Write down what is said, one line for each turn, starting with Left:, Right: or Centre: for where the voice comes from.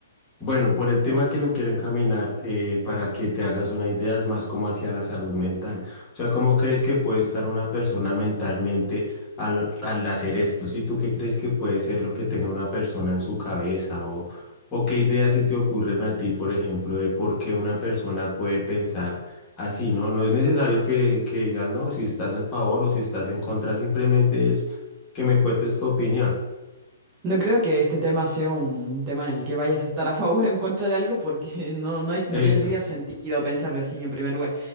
Left: bueno, por el tema que lo quiero encaminar, eh, para que te hagas una idea, es más como hacia la salud mental. O sea, ¿cómo crees que puede estar una persona mentalmente al, al hacer esto? ¿Si tú qué crees que puede ser lo que tenga una persona en su cabeza? ¿O, o qué ideas se te ocurren a ti, por ejemplo, de por qué una persona puede pensar así, ¿no? No es necesario que, que digas, no, si estás a favor o si estás en contra, simplemente es que me cuentes tu opinión.
Right: No creo que este tema sea un tema en el que vayas a estar a favor o en contra de algo porque <laughs> no, no, es- no
Left: Eso.
Right: tendría sentido pensarlo así en primer lugar.